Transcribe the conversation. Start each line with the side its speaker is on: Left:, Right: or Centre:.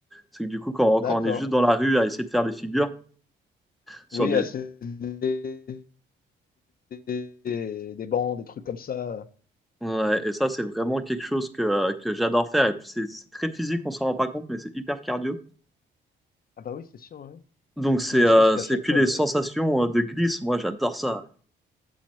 Centre: C'est que du coup, quand,
Left: d'accord.
Centre: quand on est juste dans la rue à essayer de faire des figures sur
Left: Oui,
Centre: des.
Left: ah, c'est des, des, des bancs, des trucs comme ça.
Centre: Ouais, et ça, c'est vraiment quelque chose que, euh, que j'adore faire. Et puis, c'est c'est très physique, on s'en rend pas compte, mais c'est hyper cardio.
Left: Ah bah oui, c'est sûr, ouais.
Centre: Donc, c'est
Left: Et ne
Centre: euh,
Left: serait-ce qu'à
Centre: c'est
Left: chaque
Centre: puis
Left: fois
Centre: les
Left: de,
Centre: sensations euh, de glisse. Moi, j'adore ça.